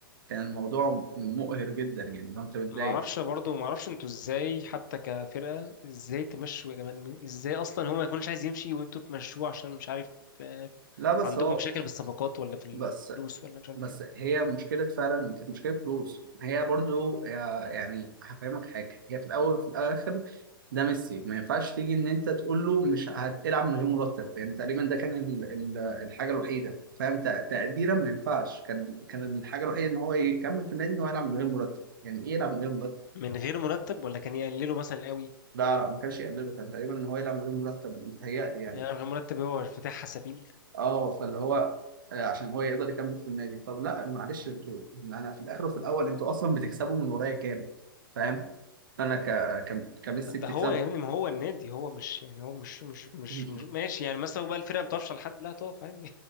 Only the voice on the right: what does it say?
كان الموضوع مقهر جدا يعني لو انت بتضايق
لا بس
هو
بس
بس
هي مشكلة فعلا كانت مشكلة فلوس هي برضو يا- يعني هفهمك حاجة هي في الأول وفي الآخر ده ميسي ما ينفعش تيجي إن أنت تقول له مش هتلعب من غير مرتب يعني تقريبا ده كان ال- ال- الحاجة الوحيدة فاهم تق- تقديرا ما ينفعش كان كان الحاجة الوحيدة إن هو يكمل في النادي إن هو يلعب من غير مرتب يعني إيه يلعب من غير مرتب؟
لا لا ما كانش يقلله كان تقريبا إن هو يلعب من غير مرتب متهيألي يعني
اه فاللي هو آه، عشان هو يقدر يكمل في النادي طب لا معلش انتوا انا في الاخر وفي الاول انتوا اصلا بتكسبوا من ورايا كام فاهم انا ك... ك... كميسي
بتكسبوا
<laughs>